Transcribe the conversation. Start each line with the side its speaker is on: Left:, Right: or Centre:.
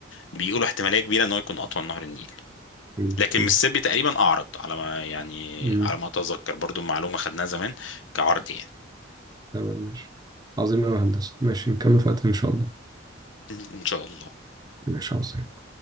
Left: بيقولوا احتمالية كبيرة إن هو يكون أطول من نهر النيل
Right: مم.
Left: لكن
Right: ماشي
Left: مississippi تقريبا أعرض على ما يعني
Right: مم.
Left: على ما أتذكر برضو معلومة خدناها زمان كعرض يعني
Right: تمام ماشي عظيم أوي يا هندسة ماشي نكمل في وقت إن شاء الله
Left: <laughs> إن شاء الله
Right: ماشي عظيم